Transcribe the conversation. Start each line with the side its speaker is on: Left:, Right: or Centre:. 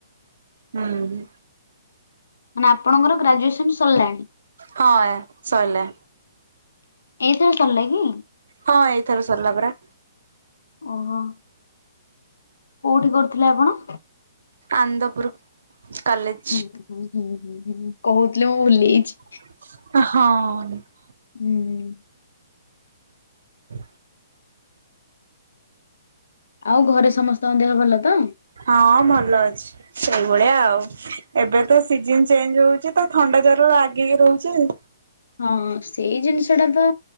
Right: ହୁଁ।
Left: ମାନେ ଆପଣଙ୍କର ଗ୍ରାଜୁଏସନ ସରିଲାଣି।
Right: ହଁ ଏ ସଇଲା।
Left: ଏଇଥର ସରିଲା କି?
Right: ହଁ ଏଇଥର ସରିଲା ପରା।
Left: ଓହୋ। କୋଉଠି କରୁଥିଲେ ଆପଣ?
Right: ଆନ୍ଦପୁୁର କଲେଜ।
Left: ହୁଁ ହୁଁ ହୁଁ ହୁଁ ହୁଁ କହୁଥିଲେ ମୁଁ ଭୁଲିଯାଇଛି।
Right: ହଁ।
Left: ହୁଁ।
Right: ହୁଁ।
Left: ଆଉ ଘରେ ସମସ୍ତଙ୍କ ଦେହ ଭଲ ତ।
Right: ହଁ ଭଲ ଅଛି ସେଇଭଳିଆ ଆଉ ଏବେ ତ ସିଜନ ଚେଞ୍ଜ ହଉଛି। ତ ଥଣ୍ଡା ଜର ଲାଗିକି ରହୁଛି।
Left: ହଁ ସେଇ ଜିନିଷ ଟା ତ